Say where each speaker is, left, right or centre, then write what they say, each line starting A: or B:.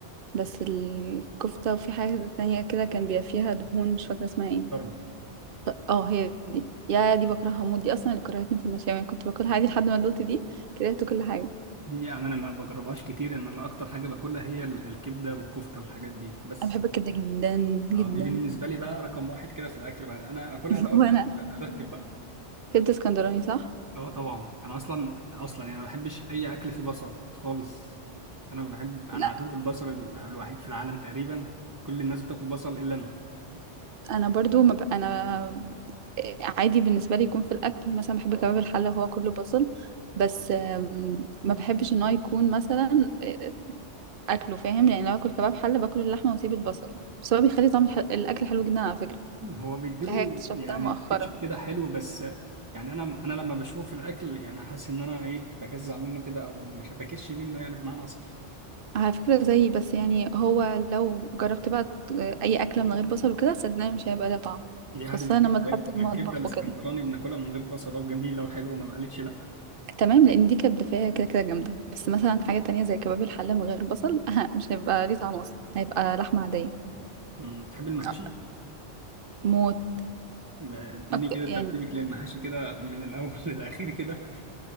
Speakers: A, on the right; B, on the right.
A: بس الكفتة وفي حاجة تانية كده كان بيبقى فيها دهون مش فاكرة اسمها ايه
B: طرب
A: ط- اه هي دي يا دي بكرهها موت دي اصلا اللي كرهتني في المشاوي يعني كنت باكلها عادي لحد ما دوت دي كرهت كل حاجه
B: يعني أنا ما بجربهاش كتير إن أنا أكتر حاجة باكلها هي ال- الكبدة والكفتة والحاجات دي بس
A: انا بحب الكبده جدا
B: اه
A: جدا
B: دي بالنسبة لي بقى رقم واحد كده في الأكل بقى أنا أكلها
A: <laughs>
B: الأول
A: وانا
B: بعد كده أرتب بقى
A: كبده اسكندراني صح
B: اه طبعا أنا أصلا أصلا يعني ما بحبش أي أكل فيه بصل خالص أنا بحب أنا
A: لا
B: عدو البصل ال- الوحيد في العالم تقريبا كل الناس بتاكل بصل إلا أنا
A: انا برضو ما ب... انا عادي بالنسبه لي يكون في الاكل مثلا بحب كباب الحله وهو كله بصل بس آم، ما بحبش ان هو يكون مثلا آه، آه، اكله فاهم يعني لو اكل كباب حله باكل اللحمه واسيب البصل بس هو بيخلي طعم الح... الاكل حلو جدا على فكره
B: هو بيديله
A: دي حاجه اكتشفتها
B: يعني
A: مؤخرا
B: كاتشب كده حلو بس يعني انا انا لما بشوف الاكل يعني حاسس ان انا ايه بجزع منه كده او مش بكش منه يعني بمعنى اصح
A: على فكرة زيي بس يعني هو لو جربت بقى ت- أي أكلة من غير بصل وكده صدقني مش هيبقى ليها طعم
B: دي
A: خاصة
B: عادي ما الكبده
A: لما دخلت المطبخ
B: ما الكبده الاسكندراني
A: وكده
B: بناكلها من غير بصله وجميله وحلوه ما بقالتش لا
A: تمام لأن دي كانت دفاية كده كده جامدة بس مثلا حاجة تانية زي كباب الحلة من غير بصل أه مش هيبقى ليه طعم أصلا هيبقى لحمة عادية
B: أمم، بتحب المحاشي؟
A: آه، موت
B: ما- اديني
A: أكتر
B: كده
A: يعني
B: ترتيبك للمحاشي كده من الاول <laughs> للاخير كده